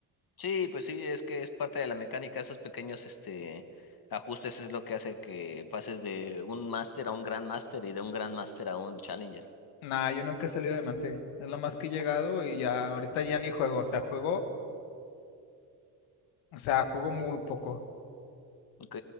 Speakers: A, on the left; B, on the left.
A: Sí, pues sí, es que es parte de la mecánica, esos pequeños este ajustes es lo que hace que pases de un máster a un gran máster y de un gran máster a un challenger.
B: Nah, yo nunca he salido de diamante. Es lo más que he llegado y ya, ahorita ya ni juego. O sea, juego, o sea, juego muy poco,
A: Ok.